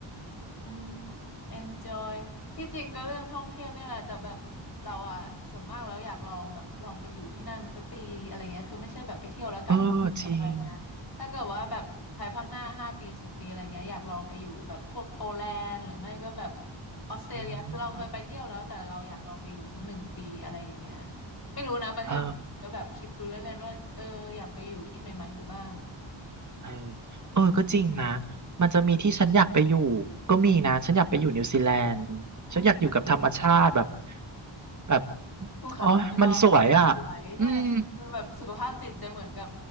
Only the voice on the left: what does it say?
อืม enjoy ที่จริงก็เรื่องท่องเที่ยวเนี่ยแหละแต่แบบเราอ่ะส่วนมากแล้วอยากลองแบบลองไปอยู่ที่นั่นสักปีอะไรเงี้ยคือไม่ใช่แบบไปเที่ยวแล้วกลับกับอะไรเงี้ยถ้าเกิดว่าแบบภายภาคหน้าห้าปีสิบปีอะไรเงี้ยอยากลองไปอยู่แบบพวกโปแลนด์หรือไม่ก็แบบ
ออสเตรเลียคือเราเคยไปเที่ยวแล้วแต่เราอยากลองไปอยู่สักหนึ่งปีอะไรอย่างเงี้ย
ไม่รู้นะประเทศก็แบบคิดดูเล่นๆว่าเอออยากไปอยู่ที่ใหม่ๆดูบ้าง
อื
ภูเขาไปร้องแบบสวยใช่ไหมคือแบบสุขภาพจิตจะเหมือนกับ